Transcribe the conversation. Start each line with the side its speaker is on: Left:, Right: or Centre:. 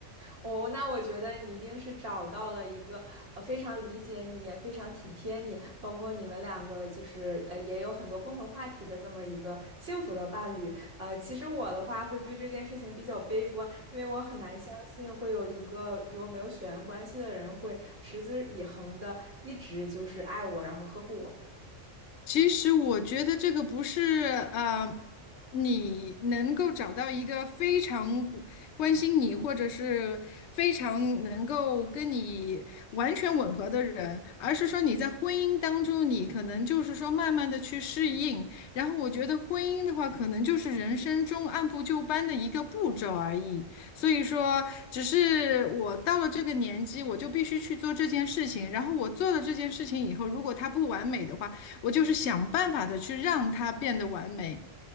Right: 哦，那我觉得你一定是找到了一个呃非常理解你，也非常体贴你，包括你们两个就是呃也有很多共同话题的这么一个幸福的伴侣。呃，其实我的话会对这件事情比较悲观，因为我很难相信会有一个与我没有血缘关系的人会持之以恒的一直就是爱我，然后呵护我。
Left: 其实我觉得这个不是呃，你能够找到一个非常关心你，或者是非常能够跟你完全吻合的人，而是说你在婚姻当中，你可能就是说慢慢的去适应。然后我觉得婚姻的话，可能就是人生中按部就班的一个步骤而已。所以说，只是我到了这个年纪，我就必须去做这件事情。然后我做了这件事情以后，如果它不完美的话，我就是想办法的去让它变得完美。